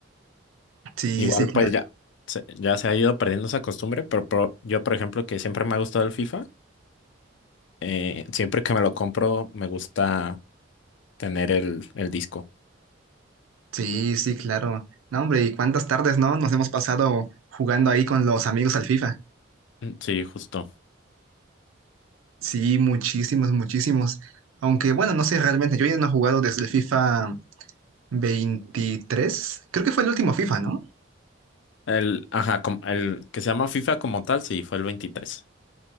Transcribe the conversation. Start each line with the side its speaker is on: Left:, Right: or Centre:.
Right: Sí,
Left: Igual,
Right: sí, claro.
Left: pues ya, se- ya se ha ido perdiendo esa costumbre, pero, por- yo, por ejemplo, que siempre me ha gustado el FIFA, eh, siempre que me lo compro, me gusta tener el, el disco.
Right: Sí, sí, claro. No, hombre, ¿y cuántas tardes, no? Nos hemos pasado jugando ahí con los amigos al FIFA.
Left: Mm, Sí, justo.
Right: Sí, muchísimos, muchísimos. Aunque bueno, no sé realmente, yo ya no he jugado desde el FIFA veintitrés. Creo que fue el último FIFA, ¿no?
Left: El, ajá, com- el que se llama FIFA como tal, sí, fue el veintitrés,